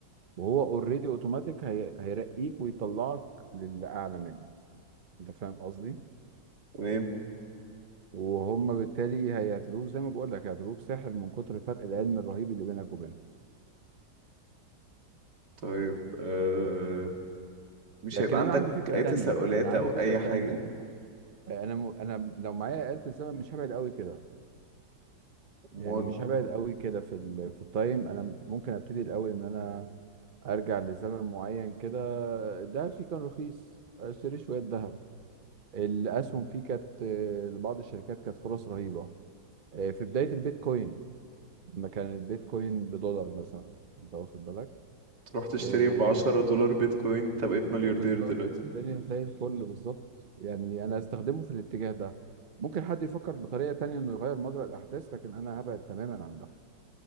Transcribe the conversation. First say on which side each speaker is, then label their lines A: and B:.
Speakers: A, on the right; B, on the right.
A: وهو اوريدي اوتوماتيك هي... هيرقيك ويطلعك للي اعلى منه انت فاهم قصدي
B: تمام
A: وهم بالتالي هيعتبروه زي ما بقول لك هيعتبروه ساحر من كتر فرق العلم الرهيب اللي بينك وبينهم
B: طيب آه... مش
A: لكن
B: هيبقى
A: انا
B: عندك
A: عندي فكرة
B: اي
A: تانية
B: تساؤلات
A: انا عندي
B: او اي
A: فكرة تانية
B: حاجة
A: انا م... انا لو معايا آلة الزمن مش هبعد قوي كده
B: امال
A: يعني مش هبعد قوي كده في ال... في التايم انا ممكن ابتدي الاول ان انا ارجع لزمن معين كده الدهب فيه كان رخيص اشتري شويه ذهب الاسهم فيه كانت آه، لبعض الشركات كانت فرص رهيبه آه، في بدايه البيتكوين لما كان البيتكوين بدولار مثلا انت واخد بالك
B: رحت اشتري
A: آه،
B: ب 10 دولار بيتكوين انت بقيت ملياردير
A: بالظبط
B: دلوقتي
A: الدنيا زي الفل بالظبط يعني انا استخدمه في الاتجاه ده ممكن حد يفكر بطريقه تانية انه يغير مجرى الاحداث لكن انا هبعد تماما عن ده